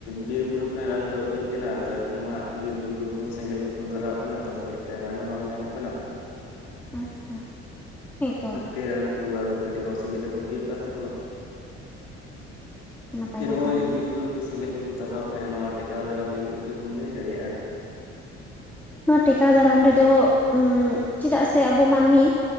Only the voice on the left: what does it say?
ᱵᱤᱨ ᱵᱩᱨᱩ ᱠᱷᱚᱱᱟᱜ ᱨᱟᱱ ᱠᱚ ᱟᱹᱜᱩᱭᱮᱫ ᱠᱟᱱᱟ ᱛᱚ ᱮᱠᱷᱚᱱ ᱦᱟᱸᱜ ᱵᱤᱨ ᱵᱩᱨᱩ ᱠᱚᱠᱚ ᱥᱮᱸᱜᱮᱞ ᱠᱚᱠᱚ ᱫᱷᱚᱨᱟᱣᱚᱜ ᱠᱟᱱᱟ ᱛᱚ ᱚᱱᱠᱟ ᱞᱮᱠᱟᱛᱮ ᱨᱟᱱ ᱦᱚᱸ ᱵᱟᱝ ᱧᱟᱢᱚᱜ ᱠᱟᱱᱟ
ᱛᱮ ᱨᱟᱱ ᱠᱚ ᱟᱹᱜᱩᱛᱮ ᱠᱟᱹᱴᱤᱡ ᱚᱥᱩᱵᱤᱫᱟ ᱠᱚ ᱦᱩᱭᱩᱜ ᱠᱟᱱ ᱛᱟᱠᱚᱣᱟ
ᱡᱮ ᱱᱚᱜ-ᱚᱭ
ᱵᱤᱨ ᱵᱩᱨᱩ ᱠᱚ ᱥᱮᱸᱜᱮᱞ ᱠᱚᱠᱚ ᱛᱟᱨᱦᱟᱣᱟᱜ ᱠᱟᱱᱟ ᱱᱚᱣᱟ ᱴᱮᱠᱟᱣ ᱫᱟᱨᱟᱢ ᱞᱟᱹᱜᱤᱫ ᱩᱯᱟᱹᱭ ᱠᱚᱢ ᱞᱟᱹᱭ ᱫᱟᱲᱮᱭᱟᱜ-ᱟ᱾